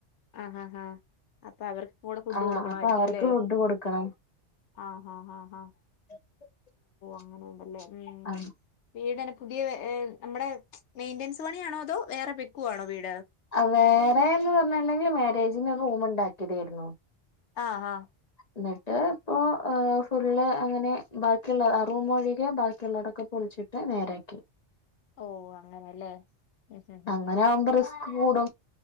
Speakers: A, on the left; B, on the left.
A: ആഹ ആഹാ. അപ്പൊ അവർക്ക്. കൂടെ ഫുഡ്
B: ആഹ്
A: കൊടുക്കണായിരിക്കും
B: അപ്പൊ അവർക്ക്
A: അല്ലേ
B: ഫുഡ് കൊടുക്കണം
A: ആഹ ആ ആ്.
B: <inaudible>
A: അങ്ങനെണ്ടല്ലേ ഉം
B: ആഹ്
A: വീട്ന്നെ പുതിയ് നമ്മടെ മെയിന്റനൻസ് പണിയാണോ. അതോ വേറെ വെക്കുവാണോ വീട്.
B: വേറെന്ന് പറഞ്ഞിട്ടുണ്ടെങ്കിൽ മാരേജിന് റൂമ ഉണ്ടാക്കിയതായിരുന്നു.
A: ആഹ ആഹ്.
B: എന്നിട്ട് ഇപ്പോ ഫുള്ള് അങ്ങനെ ബാക്കിയുള്ള റൂമ ഒഴികെ ബാക്കിയുള്ളടൊക്കെ പൊളിച്ചു. നേരക്കി
A: ഓ അങ്ങനെല്ലേ ഉം ഉം
B: അങ്ങനെ
A: ഉം ഉം
B: ആവുമ്പോ റിസ്. കൂടും